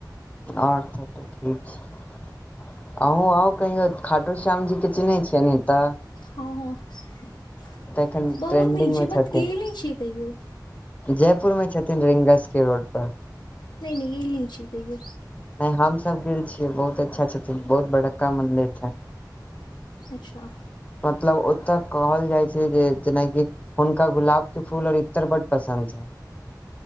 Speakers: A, on the left; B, on the left.
A: और सब त ठीक छै अहूँ आउ कहियो खाटु श्याम जी के चिन्है छियैनि एतऽ
B: हँ हँ -
A: एखन
B: बहुत
A: ट्रेंडिंग
B: नीक
A: मे
B: छै बट
A: छथिन
B: गेल नहि छियै कहियो
A: जयपुर मे छथिन रिंग बसके रोड पर
B: नै नै गैल नै छियै कहियो
A: नै हमसभ गेल छियै बहुत अच्छा छथिन बहुत बड़का मन्दिर छनि
B: अच्छा
A: मतलब ओतऽ कहल जाइ छै जे जेनाकि हुनका गुलाब के फूल और इत्तर बड़ पसन्द छैैन